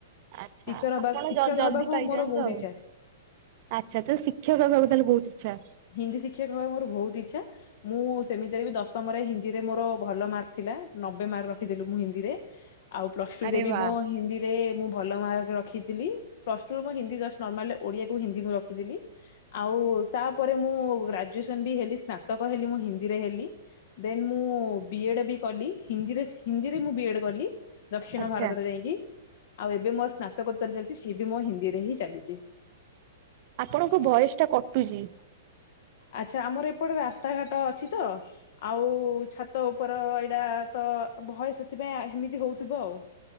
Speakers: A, on the right; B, on the left.
A: ଆଛା
B: ଟିଚର ହବା
A: ଆପଣ
B: ଶିକ୍ଷକ
A: ଜଲ ଜଲଦି
B: ହବାକୁ
A: ପାଇଯାଆନ୍ତୁ
B: ମୋର ବହୁତ
A: ଆଉ।
B: ଇଚ୍ଛା।
A: ଆଛା ତ ଶିକ୍ଷକ ହେବାକୁ ତାହାଲେ ଭୋଉତ ଇଛା?
B: ହିନ୍ଦୀ ଶିକ୍ଷକ ହବାକୁ ମୋର ଭୋଉତ ଇଛା। ମୁଁ ସେମିତିରେବି ଦଶମରେ ହିନ୍ଦୀରେ ମୋର ଭଲ ମାର୍କଥିଲା। ନବେ ମାର୍କ ରଖିଥିଲି ମୁଁ ହିନ୍ଦୀରେ। ଆଉ ପ୍ଲସ ଟୁରେବି
A: ଆରେ ବା
B: ମୁଁ ହିନ୍ଦୀରେ ମୁଁ ଭଲ ମାର୍କ ରଖିଥିଲି। ପ୍ଲସ ଟୁୁ ରେ ମୁଁ ହିନ୍ଦୀ ନର୍ମାଲି ଓଡିଆକୁ ହିନ୍ଦୀ ମୁଁ ରଖିଥିଲି। ଆଉ ତାପରେ ମୁଁ ଗ୍ରାଜୁଏସନ ବି ହେଲି ସ୍ନାତକ ହେଲି ମୁଁ ହିନ୍ଦୀରେ ହେଲି। ଦେନ ମୁଁ ବି ଏଡେ ବି କଲି ହିନ୍ଦୀରେ ହିନ୍ଦୀରେ ମୁଁ ବି ଏଡେ କଲି। ଦକ୍ଷିଣ
A: ଆଚ୍ଛା
B: ଭାରତରେ ଯାଇକି। ଆଉ ଏବେ ମୋର ସ୍ନାତକୋତ୍ତର ଚାଲିଚି ସିଏ ବି ମୋ ହିନ୍ଦୀରେ ହିଁ ଚାଲିଚି।
A: ଆପଣଙ୍କ ଭୟସ ଟା କଟୁଚି।
B: ଆଛା ଆମର ଏପଟେ ରାସ୍ତାଘାଟ ଅଛିତ ଆଉ ଛାତ ଉପର ଏଇଟାତ ଭୟସ ସେଥିପାଇଁ ହେମିତି ହଉଥିବ ଆଉ